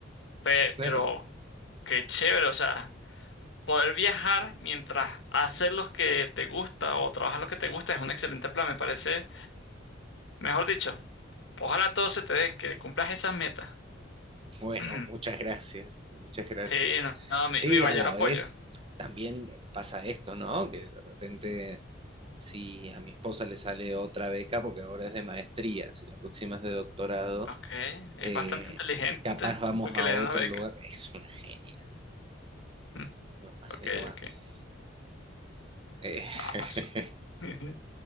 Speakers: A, on the left; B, on the right.
A: Pero
B: Sí, claro.
A: qué chévere, o sea, poder viajar mientras haces lo que te gusta o trabajar lo que te gusta es un excelente plan, me parece. Mejor dicho, ojalá todo se te dé, que cumplas esas metas.
B: Bueno,
A: <clears throat>
B: muchas gracias, muchas gracias.
A: Sí, no, no, mi
B: Sí,
A: mi mayor
B: a la
A: apoyo.
B: vez también pasa esto, ¿no? Que de repente, si a mi esposa le sale otra beca, porque ahora es de maestría, si la próxima es de doctorado,
A: Ok, es
B: eh,
A: bastante inteligente
B: capaz vamos
A: <laughs> para que
B: a
A: le
B: otro
A: den una beca.
B: lugar. Es una genia,
A: <laughs>
B: no más
A: Ok,
B: de no más.
A: ok.
B: Eh,
A: No,
B: <laughs>
A: su- <laughs>